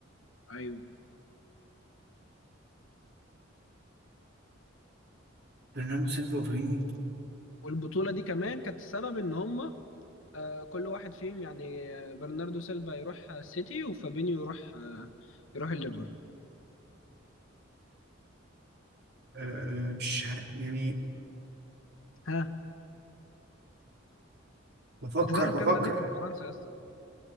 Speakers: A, on the left; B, on the right.
A: ايوه
B: برناندو سيلفا وفابينهو
A: والبطوله دي كمان كانت السبب ان هم آه، كل واحد فيهم يعني آه، برناردو سيلفا يروح آه، السيتي وفابينيو يروح آه، يروح الليفر
B: آه، آه، مش عارف يعني
A: ها
B: بفكر
A: انت تعرف
B: بفكر
A: كام نادي في فرنسا يا اسطى